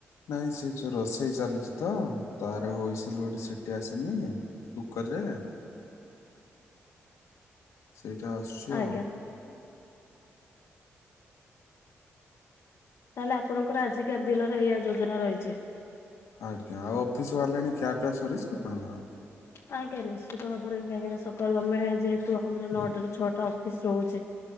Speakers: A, on the left (about 85°); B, on the left (about 70°).
A: ନାଇଁ ସେ ଚୁରସ। ହେଚାଲିଛି ତ ତାର ହୋଇସିଲ ଗୋଟେ ସିଟି ଆସିନି କୁକରରେ। ସ୍ନୁ ଷ୍ନୁ ସୁସ୍ନୁ। ସେଇଟା ଆସୁଛି
B: ଆଜ୍ଞା
A: ଆଉ।
B: ତାହେଲେ ଆପଣଙ୍କର ଆଜିକା ଦିନରେ ଏଇଆ ଯୋଜନା ରହିଛି।
A: ଆଜ୍ଞା ଆଉ ଅଫିସ ବାହାରିଲେଣି ଖିଆପିଆ ସରିଛି ଆପଣଙ୍କର।
B: ଆଜ୍ଞା ନିଶ୍ଚିତ ଭାବରେ କାହିଁକିନା ସକାଳୁ ଆମେ ଯେହେତୁ ଆମର ନଅଟା ରୁ ଛଅଟା ଅଫିସ୍ ରହୁଛେ।